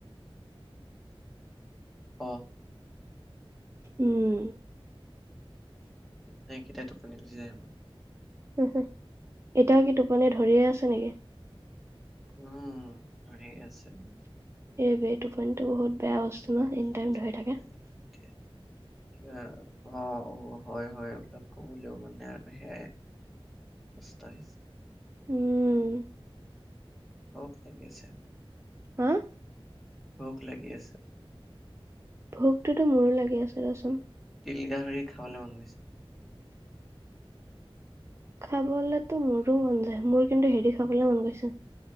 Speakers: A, in the centre; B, on the right.
A: হব,
B: উম,
A: নাইকেটাই টোপনি গচি যায় মোৰ।
B: উম, উম, এতিয়াও কি টোপনি ধৰিয়ে আছে নেকি?
A: উম ধৰি আছে।
B: এইবে টোপনিটো বহুত বেয়া বস্তু ন এনি টাইম
A: ঠিক
B: ধৰি থাকে।
A: নাই কেতিয়া কিবা অ অ হয় হয় এইবিলাক ক'বলৈও মানে আৰু সেয়াই সষ্ট্তাইছ
B: উম।
A: অ'কেকেছে
B: হা,
A: ভোগ লাগি আছে।
B: ভোকটোতো মোৰো লাগি আছে ৰচোন
A: তিল গাহৰি খাবলৈ মন গৈছে।
B: খাবলেতো মোৰো মন যায় মোৰ কিন্তু হেৰি খাবলে মন গৈছে